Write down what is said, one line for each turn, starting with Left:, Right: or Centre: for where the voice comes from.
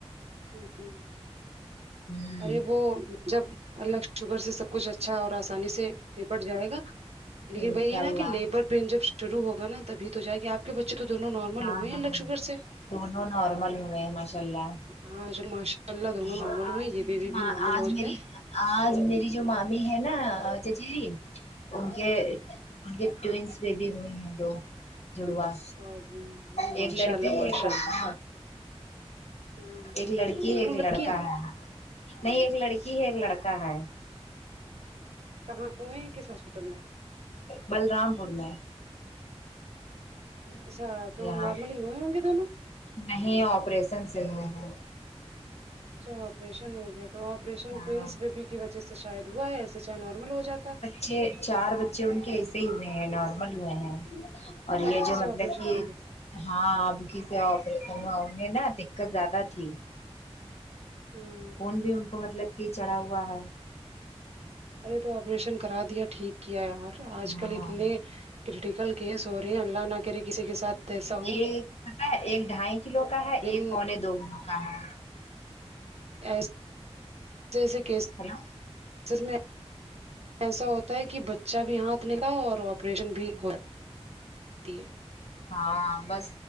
Right: ہمم
Left: ہ
Right: ارے وہ جب اللہ کے شکر سے سب کچھ اچھا اور آسانی سے نپٹ جائے گا لیکن
Left: انشاء
Right: وہی ہے
Left: اللہ
Right: نا کہ لیبر پین جب شروع ہوگا نا تبھی تو جائے گی آپ کے بچے تو دونوں نارمل
Left: ہاں
Right: ہوئے ہیں
Left: ہاں
Right: اللہ کے شکر سے
Left: دونوں نارمل ہوئے ہیں ماشاء اللہ
Right: ہاں چلو ماشاء اللہ دونوں
Left: اور
Right: نارمل ہوئے
Left: آج
Right: ہیں یہ
Left: میری
Right: بیبی
Left: جو ماں
Right: بھی نارمل
Left: آج
Right: ہو جائے
Left: میری آج میری جو مامی ہے نا چچیری ان کے
Right: ہاں
Left: ان کے ٹونز بیبی ہوئے ہیں دو جڑوا
Right: اور یہ
Left: ایک
Right: ماشاء
Left: لڑکی
Right: اللہ
Left: ایک
Right: ماشاء
Left: لڑکا
Right: اللہ ہاں
Left: ایک لڑکی ہے
Right: دونوں
Left: ایک
Right: لڑکیاں
Left: لڑکا ہے نہیں ایک لڑکی ہے ایک لڑکا ہے
Right: کہاں ہوئی کس ہاسپٹل میں
Left: بلرام پور میں
Right: اچھا تو
Left: یہاں
Right: نارملی ہی ہوے ہوں گے دونوں
Left: نہیں آپریشن سے ہوئے ہیں
Right: اچھا آپریشن ہو گیا تو آپریشن
Left: ہاں
Right: ٹونز بیبی کی وجہ سے شاید ہوا ہے ایسے چاہے نارمل ہو جاتا
Left: چھ چار بچے ان کے ایسے ہی ہوئے ہیں نارمل ہوئے ہیں اور
Right: اب
Left: یہ
Right: کسے
Left: جو مطلب
Right: آپریشن
Left: کہ
Right: ہو گئے
Left: ہاں اب کی سے آپریشن میں انہیں نا دقت زیادہ تھی
Right: ہاں
Left: خون بھی ان کو مطلب کہ چڑھا ہوا ہے
Right: ارے تو آپریشن کرا دیا ٹھیک کیا یار آج
Left: ہاں
Right: کل اتنے کرٹیکل کیس ہو رہیں اللہ نہ کریں کسی کے ساتھ ایسا ہو
Left: ایک پتا ہے ایک ڈھائی کلو کا ہے
Right: لیکن
Left: ایک پونے دو کلو کا ہے
Right: ایے <unintelligible> جیسے کیس
Left: ہیلو
Right: سر نے ایسا ہوتا ہے کہ بچہ بھی ہاتھ ملا اور آپریشن بھی ہو یا تی ہے
Left: ہاں بس